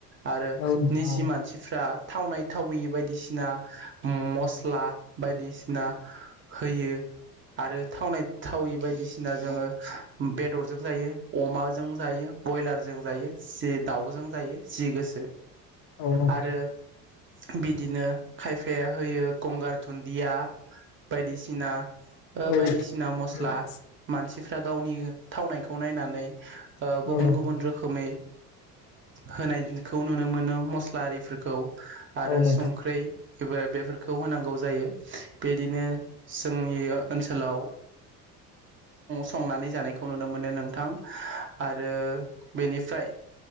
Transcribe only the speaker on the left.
औ नोंथां
औ
औ नोंथां
औ
औ
नोंथां
औ नोंथां